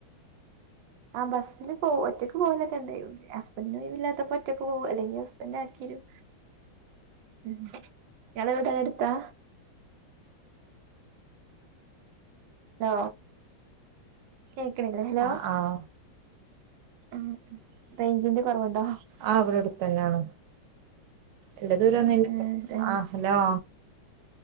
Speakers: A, on the right; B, on the right.
A: ആ ബസ്സിൽ പോ ഒറ്റക്ക് പോലൊക്കെണ്ട് ഹസ്ബന്റിന് ഒഴിവ് ഇല്ലാത്തപ്പോ ഒറ്റക്ക് പോവു അല്ലെങ്കിൽ ഹസ്ബൻഡ് ആക്കിയെരും ഉം ഇയാളെ വീട് ഇവടെട്ത്താ? ഹലോ കേക്ക്ണില്ലേ ഹലോ?
B: ആഹ് ആഹ്
A: ആഹ് റേഞ്ചിന്റെ കൊറവുണ്ടോ?
B: ആ ഇവടെ അടുത്തന്നെയാണ് എല്ല ദൂരന്നുല്ല
A: ആഹ് ആഹ്
B: ആ ഹലോ